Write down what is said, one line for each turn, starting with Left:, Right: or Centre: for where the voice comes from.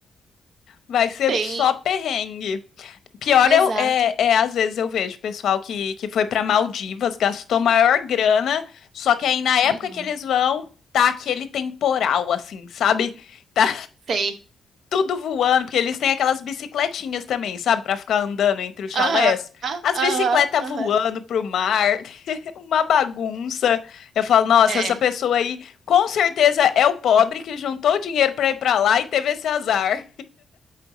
Left: Vai ser
Right: Sim,
Left: só perrengue. Pior
Right: exato.
Left: eu- é, é, às vezes eu vejo pessoal que, que foi pra Maldivas, gastou maior grana, só que aí na época
Right: Uhum.
Left: que eles vão, tá aquele temporal, assim, sabe? Tá
Right: Sei.
Left: tudo voando, porque eles têm aquelas bicicletinhas também, sabe, Pra ficar andando entre os chalés.
Right: Aham,
Left: As
Right: aham,
Left: bicicletas
Right: aham.
Left: voando pro mar, <laughs> uma bagunça. Eu falo, nossa,
Right: É.
Left: essa pessoa aí com certeza é o pobre que juntou o dinheiro pra ir pra lá e teve esse azar.